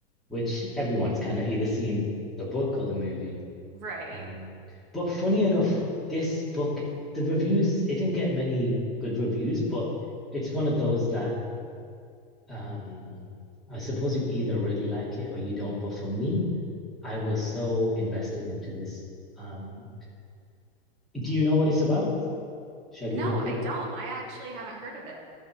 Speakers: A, in the centre; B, on the right (about 40°).
A: which everyone's kind of either seen the book or the movie.
B: right.
A: Um, but funny enough, this book, the reviews, it didn't get many good reviews, but it's one of those that um, I suppose you either really like it or you don't. But for me, I
B: Oh.
A: was so invested into this. Um, do you know what it's about? Should I give
B: No,
A: a quick
B: I don't. I actually haven't heard of it.